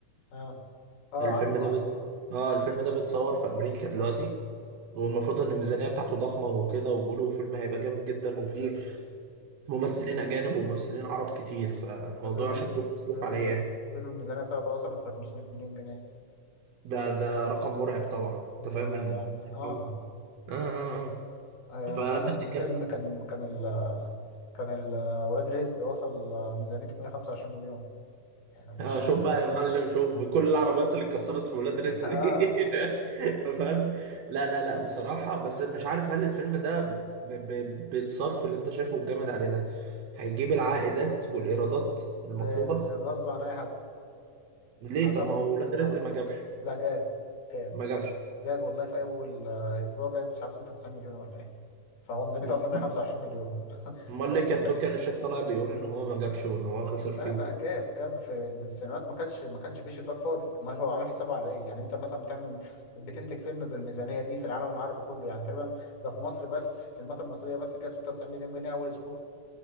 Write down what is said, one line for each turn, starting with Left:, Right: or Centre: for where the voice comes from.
Left: آه آه
Right: الفيلم
Left: عارفه
Right: ده
Left: عارفه
Right: بيت... اه الفيلم ده بيتصور في أمريكا دلوقتي والمفروض ان الميزانية بتاعته ضخمة وكده وبيقولوا فيلم هيبقى جامد جدا وفيه
Left: ده
Right: ممثلين أجانب وممثلين عرب كتير فالموضوع
Left: ده بيقولوا
Right: شكله مصروف
Left: بيقولوا
Right: عليه
Left: الم...
Right: يعني
Left: بيقولوا الميزانية بتاعته وصلت ل 500 مليون جنيه
Right: ده ده رقم مرعب طبعا انت
Left: ده
Right: فاهم ال...
Left: يعني اه
Right: آه آه
Left: آه،
Right: آه. فانت
Left: اتخانق
Right: بتتكلم
Left: فيلم كان كان ال كان ال ولاد رزق وصل آه، ميزانيته 125 مليون يعني مش
Right: اه شوف
Left: <laughs> اه
Right: بقى يا معلم شوف بكل العربيات اللي اتكسرت في ولاد رزق
Left: آه،
Right: دي <laughs> فاهم لا لا لا بصراحة بس مش عارف هل الفيلم ده ب... ب... بالصرف اللي انت شايفه الجامد عليه ده هيجيب العائدات والإيرادات المطلوبة
Left: بغصب عن اي حد
Right: ليه
Left: اعتقد
Right: طب ما هو ولاد رزق
Left: هقول
Right: ما
Left: لك
Right: جابش
Left: لا جاب جاب
Right: ما جابش
Left: جاب والله في اول آه، اسبوع جاب مش عارف 96 مليون ولا ايه فهو ميزانيته
Right: م-
Left: اصلا 125
Right: م.
Left: مليون
Right: امال
Left: لو
Right: ليه
Left: انت
Right: كان
Left: فاهم
Right: تركي آل الشيخ طالع بيقول ان هو ما جابش وان هو خسر
Left: لا
Right: فيه
Left: لا
Right: وكده
Left: جاب جاب في السينمات ما كانش ما كانش فيه شباك فاضي امال هو عامل حسابه على ايه يعني انت مثلا بتعمل بتنتج فيلم بالميزانيه دي في العالم العربي كله يعني تقريبا ده في مصر بس في السينمات المصريه بس جاب 96 مليون جنيه اول اسبوع